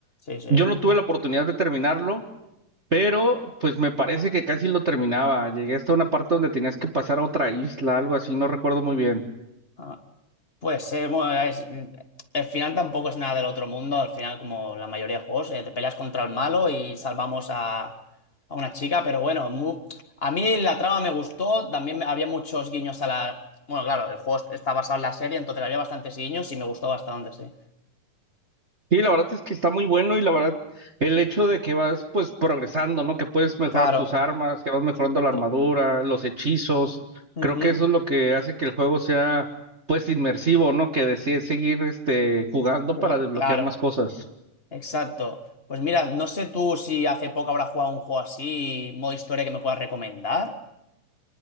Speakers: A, on the left; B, on the right.
A: Sí,
B: Yo
A: sí.
B: no tuve la oportunidad de terminarlo, pero pues me parece que casi lo terminaba. Llegué hasta una parte donde tenías que pasar a otra isla, algo así, no recuerdo muy bien.
A: Ah, pues eh, bueno, es- el final tampoco es nada del otro mundo. Al final, como la mayoría de juegos, eh, te peleas contra el malo y salvamos a, a una chica, pero bueno, mu- a mí la trama me gustó. También me- había muchos guiños a la... Bueno, claro, el juego está basado en la serie, entonces había bastantes guiños y me gustó bastante, sí.
B: Sí, la verdad es que está muy bueno y la verdad el hecho de que vas pues progresando, ¿no? Que puedes mejorar
A: Claro.
B: tus armas, que vas mejorando
A: Exacto.
B: la armadura, los hechizos,
A: Ujú.
B: creo que eso es lo que hace que el juego sea pues inmersivo, ¿no? Que decides seguir este jugando
A: Ju-
B: para desbloquear
A: Claro,
B: más cosas.
A: exacto. Pues mira, no sé tú si hace poco habrás jugado un juego así, modo historia que me puedas recomendar.